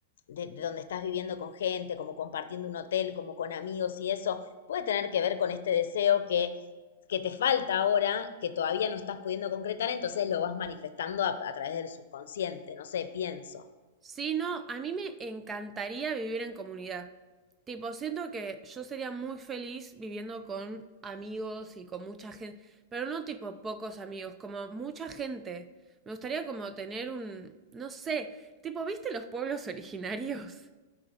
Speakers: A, on the left; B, on the right.
A: de- de donde estás viviendo con gente, como compartiendo un hotel, como con amigos y eso, puede tener que ver con este deseo que que te falta ahora, que todavía no estás pudiendo concretar, entonces lo vas manifestando a, a través del subconsciente, no sé, pienso.
B: Sí, no, a mí me encantaría vivir en comunidad. Tipo, siento que yo sería muy feliz viviendo con amigos y con mucha gente, pero no tipo pocos amigos, como mucha gente. Me gustaría como tener un, no sé, tipo, ¿viste los pueblos originarios?